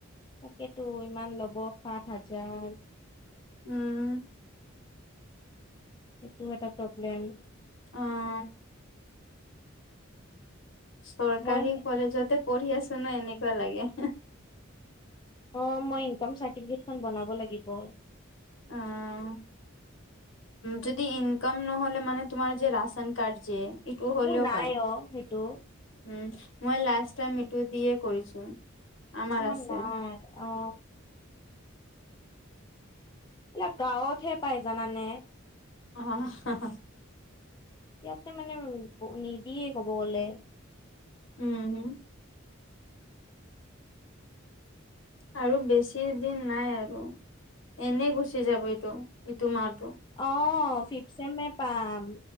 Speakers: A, on the left; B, on the left.
A: তাকেতো ইমান ল'ব সাত হাজাৰ।
B: উম।
A: সেইটোও এটা প্ৰব্লেম।
B: অ'। চৰকাৰী
A: মই
B: কলেজতে পঢ়ি আছো ন এনেকুৱা লাগে।
A: অ', মই ইনকম চাৰ্টিফিকেট খন বনাব লাগিব।
B: অ'। যদি ইনকাম নহ'লে মানে তোমাৰ যে ৰাচন কাৰ্ড যে ইটো হলেও
A: মোৰ নাই
B: পায় উম,
A: অ সেইটো
B: মই লাষ্ট টাইম ইটো দিয়ে কৰিছো। আমাৰ
A: আমৰ
B: আছে।
A: নাই অ'। এইবিলাক গাঁৱতহে পাই জানানে।
B: অ'।
A: ইয়াতে মানে নিদিয়ে ক'ব গ'লে।
B: উমম আৰু বেছি দিন নাই আৰু এনে গুচি যাব এইটো ইটো মাহতটো
A: অ ফিফ চছেমে পাম